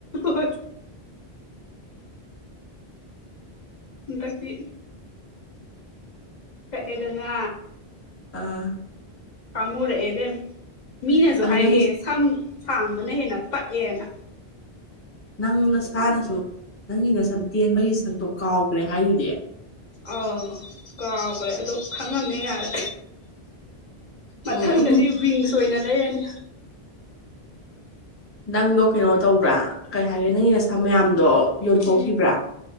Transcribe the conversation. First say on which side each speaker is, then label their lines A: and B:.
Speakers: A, on the left (about 50°); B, on the left (about 25°).
A: ꯍ ꯇꯀꯤ ꯀꯛꯑꯦꯗꯅ
B: ꯑꯥ
A: ꯄꯥꯝꯃꯨꯔꯛꯑꯦ ꯑꯗꯨ ꯃꯤꯅꯁꯨ
B: ꯑꯗꯨ
A: ꯍꯥꯏꯔꯛꯑꯦ
B: ꯅꯪꯒꯤ
A: ꯁꯝ ꯁꯥꯡꯕꯅ ꯍꯦꯟꯅ ꯄꯛꯑꯦꯅ
B: ꯅꯪ ꯅꯁꯥꯅꯁꯨ ꯅꯪꯒꯤ ꯅ ꯁꯝ ꯇꯦꯟꯕꯒꯤ ꯁꯛꯇꯣ ꯀꯥꯎꯈ꯭ꯔꯦ ꯍꯥꯏꯗꯨꯗꯤ
A: ꯑꯥꯎ ꯀꯥꯎꯈ꯭ꯔꯦ ꯑꯗꯨꯗꯣ ꯈꯪꯉꯝꯃꯦ ꯌꯥꯔꯦ ꯃꯊꯪꯗꯗꯤ
B: ꯎꯝ
A: ꯋꯤꯡꯁ ꯑꯣꯏꯅ ꯂꯩꯔꯅꯤ
B: ꯅꯪꯗꯣ ꯀꯩꯅꯣ ꯇꯧꯕ꯭ꯔꯥ ꯀꯩ ꯍꯥꯏꯈ꯭ꯔꯦ ꯅꯪꯒꯤ ꯅꯁꯝ ꯃꯌꯥꯝꯗꯣ ꯌꯣꯟꯊꯣꯛꯈꯤꯕ꯭ꯔꯥ
A: ꯎꯝ